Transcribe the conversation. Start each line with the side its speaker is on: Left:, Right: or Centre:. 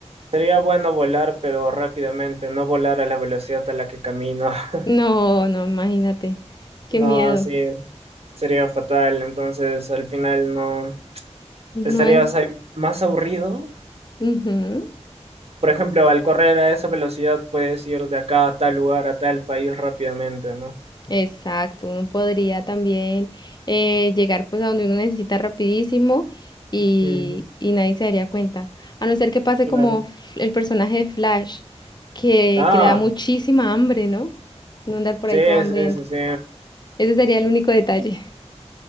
Right: sería bueno volar, pero rápidamente, no volar a la velocidad a la que camino. <laughs>
Left: no, no, imagínate, qué
Right: No,
Left: miedo.
Right: así sería fatal. Entonces, al final no
Left: No
Right: estarías
Left: es,
Right: ahí más aburrido.
Left: ujú,
Right: Por ejemplo, al correr a esa velocidad puedes ir de acá a tal lugar, a tal país rápidamente, ¿no?
Left: Exacto, uno podría también eh, llegar pues a donde uno necesita rapidísimo y,
Right: Mm,
Left: y nadie se daría cuenta, a no ser que pase
Right: claro.
Left: como F- el personaje de Flash, que,
Right: Ah,
Left: que le da muchísima hambre, ¿no? No andar por
Right: Sí,
Left: ahí todo hambriento.
Right: sí, sí, sí.
Left: Ese sería el único detalle. <laughs>